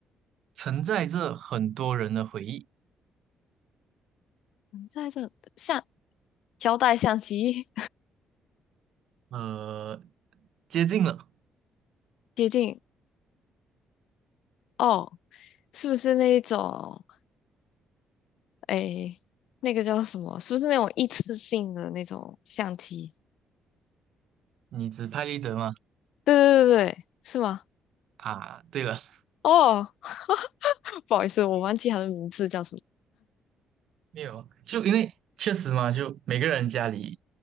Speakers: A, on the right; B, on the left.
A: 承载着很多人的回忆。
B: 在这像胶带、相机
A: 呃，接近了，
B: <laughs> 接近哦，是不是那一种？诶，那个叫什么？是不是那种一次性的那种相机？
A: 你指派立得吗？
B: 对对对对，是吗？
A: 啊，对了，<laughs>
B: 哦，<laughs> 不好意思，我忘记他的名字叫什么，
A: 没有，就因为确实嘛，就每个人家里